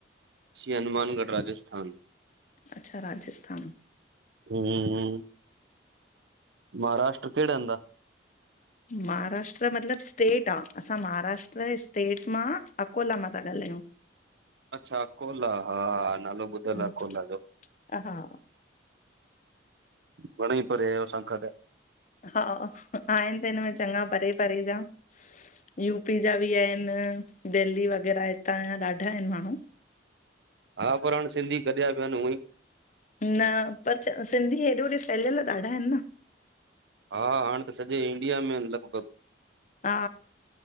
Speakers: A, on the right; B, on the left.
A: श्री हनुमानगढ़, राजस्थान
B: अच्छा राजस्थान
A: हम्म, महाराष्ट्र केड़े हंद आ?
B: महाराष्ट्र मतिलबु स्टेट आ। असां महाराष्ट्र स्टेट मां अकोला मां था ॻाल्हायूं।
A: अच्छा अकोला, हा नालो ॿुधल
B: हम्म,
A: आ अकोला जो।
B: हा
A: घणी ई परे आयो असांखा त।
B: हा आहिन त हिन में चंॻा परे- परे जा, यूपी जा बि आहिन। दिल्ली वग़ैरह हितां जा ॾाढा आहिन माण्हू।
A: हा, पर हाणे सिंधी गढिया पिया आहिन हुअ ई
B: न पर सिंधी हेॾे होॾे फैलियल ॾाढा आहिन न
A: हा हाणे त सॼे इंडिया में लॻभॻ
B: हा